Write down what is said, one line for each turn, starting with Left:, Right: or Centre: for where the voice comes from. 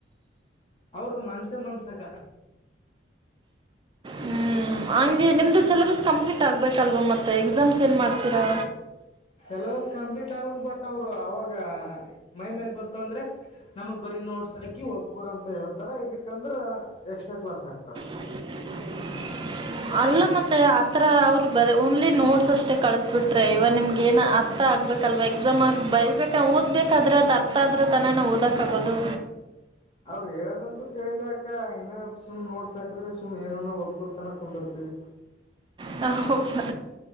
Left: ಅವ್ರ್ದು ಮನ್ಸೆ ಮನ್ಸಕ
Right: ಹ್ಮ್ ಆನ್ ಗೆ ನಿಮ್ದು ಸಿಲೆಬಸ್ ಕಂಪ್ಲೀಟ್ ಆಗ್ಬೇಕಲ್ವಾ ಮತ್ತೆ ಎಕ್ಸಾಮ್ಸ್ ಏನ್ ಮಾಡ್ತೀರಾ
Left: ಸಿಲೆಬಸ್ ಕಂಪ್ಲೀಟ್ ಆಗಬೇಕ್ ಬಟ್ ಅವರು ಅವಾಗ ಮೈ ಮೇಲ್ ಬತ್ತು ಅಂದ್ರೆ ನಮಗ್ ಬರಿ ನೋಡ್ಸ್ ಹಾಕಿ ಒದ್ಕೋರಿ ಅಂತ ಹೇಳ್ತಾರ ಇಲಿಕ್ಕಂದ್ರ ಎಕ್ಸ್ಟ್ರಾ ಕ್ಲಾಸ್ ಹಾಕ್ತಾರ
Right: ಅನಿಂಟೆಲಿಜಬಲ್ ಅಲ್ಲ ಮತ್ತೆ ಆತರ ಅವರು ಬರಿ ಓನ್ಲಿ ನೋಟ್ಸ್ ಅಷ್ಟೇ ಕಳಿಸಬಿಟ್ರೆ ಇವ ನಿಮ್ಗೆ ಏನ ಅರ್ಥ ಆಗ್ ಹ್ಬೇಕಲ್ವಾ ಎಕ್ಸಾಮ್ ಆಗಿ ಬರಿಬೇಕ ಓದ್ಬೇಕಾದ್ರೆ ಅದ ಅರ್ಥ ಆದ್ರೆ ತನೆ ನಾವ್ ಓದಕ್ ಆಗೋದು
Left: ಅವ್ರ ಹೇಳದಂತ ತಿಳಲಿ ಅಕ್ಕ ಇನ ಸುಮ್ ನೋಡ್ಸಾಕದ್ರೆ ಸುಮ್ ಏನೆನೋ ಓದ್ತ ತನ ಕುಂದಿರ್ತೀವಿ
Right: ಹ ಹೋಕೆ